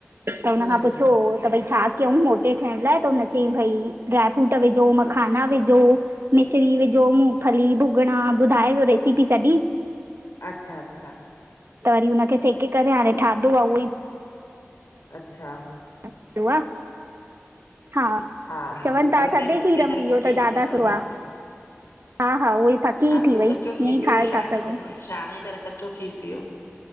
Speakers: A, on the right; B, on the left.
A: त हुन
B: हम्म
A: खां पुछो त भई छा कयूं मोटे थियण लाइ त हुनखे भई ड्रायफ्रूट विझो मखाना विझो मिश्री विझो मूंगफली भुगॾा ॿुधाइ वयो रेसिपी सॼी।
B: अच्छा अच्छा।
A: त वरी हुनखे सेके करे हाणे ठाधो आहे उहो ई।
B: अच्छा
A: अो आहे <unintelligible> हा
B: हा हा
A: चवनि था
B: मां
A: थधे
B: पंहिंजे
A: खीर
B: पंहिंजे
A: मे
B: लाइ
A: इहो
B: फकी
A: त ज्यादा
B: ठाती अथव
A: सुवा
B: न
A: आ हा हा उहई फक्की
B: हा
A: थी
B: थू
A: वई
B: कचो
A: इअं
B: खीर
A: ई
B: पीओ
A: खाए
B: छाणे
A: था सघूं।
B: करे छाणे करे कचो खीर पीओ।